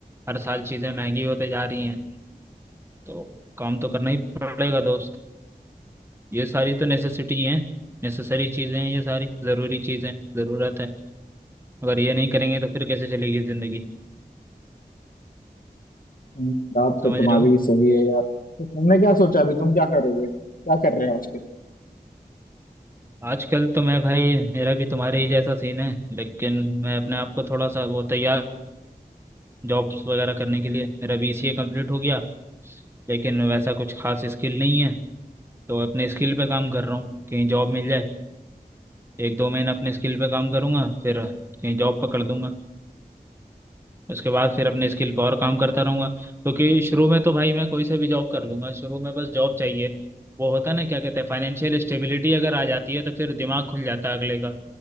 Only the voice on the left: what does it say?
हम्म, बात तो
तुम्हारी
भी सही है यार तो तुमने क्या सोचा अभी तुम क्या कर रहे हो क्या कर रहे हो आजकल